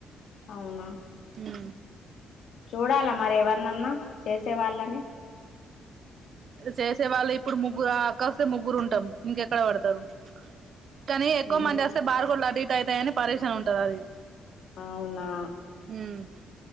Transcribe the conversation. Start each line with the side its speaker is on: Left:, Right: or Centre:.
Left: అవునా
Right: ఉ
Left: చూడాలా మరి ఎవరినన్నా చేసే వాళ్ళని
Right: చేసే వాళ్ళు ఇప్పుడు ముగ్గురు ఆ అక్క అస్తే ముగ్గురు ఉంటాం ఇంకెక్కడ వడు తారు కానీ ఎక్కువ
Left: ఉహు,
Right: మంది వస్తే బార్ కోడ్ లు అటు ఇటు అయితాయని పరేషాన్ ఉంటంది అది
Left: అవునా
Right: ఉమ్